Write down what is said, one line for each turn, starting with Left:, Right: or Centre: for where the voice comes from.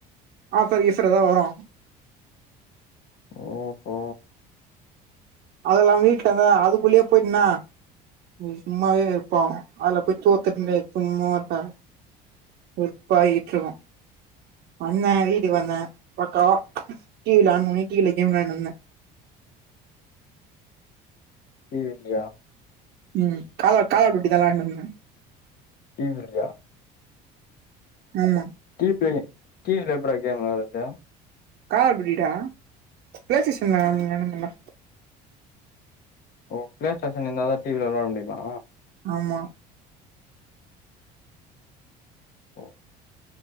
Right: ஆஃபர் கீஃபர் எதா வரு
Left: ஓஹோ
Right: அதெல்லா வீட்ல இருந்த அதுக்குள்ளயே போயிட்னா எங்ளுக்கு சும்மாவே வெறுப்பாவு அதுல போய் தோத்துட்னு வை சும்மாட்ட வெறுப்பாய்கிட்ருக்கு வந்த வீட்டுக்கு வந்த பக்காவா டி வில ஆன் பண்ணி டி வியில கேம் விளயாட்னு இருந்த
Left: டி வில்லியா
Right: ம் காலா காலா டூட்டி தா வெளாண்ட்னு இருந்த
Left: டி வில்யா
Right: ஆமா
Left: டி வில கேம் டி வில எப்ட்றா கேம் விளாட்றது
Right: காலா டூட்டிடா பிளே ஸ்டேஷன்ல கேம் விளான்ட்னு இருந்தண்டா
Left: ஓ பிளே ஸ்டேஷன் இருந்தாதா டி வில விளாட முடிமா
Right: ஆமா
Left: ஓ